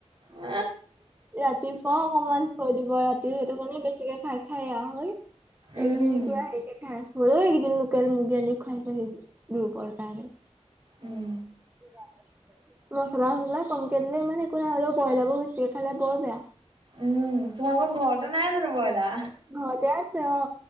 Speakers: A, on the right (about 45°); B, on the right (about 15°).
A: উ
B: ৰাতিপুৱা অকমান থৈ দিব ৰাতিৰ সেইটো কাৰণে বেছিকে খাই খাই এয়া হ'ল
A: উম
B: এইকেইদিন পূৰা হেৰিকে খাই আছো হলেও এইকেইদিন লোকেল মুৰ্গী আনি খুৱাইছে সেই ৰুবৰ কাৰণে
A: উম
B: <unintelligible> মচলা চছলা কমকৈ দিলে ইমান একো নাই হলেও বইলাবোৰো বেছিকৈ খালে বৰ বেয়া
A: উম তোমালোকৰ ঘৰতে নাই জানো বইলা
B: অ ঘৰতে আছে অ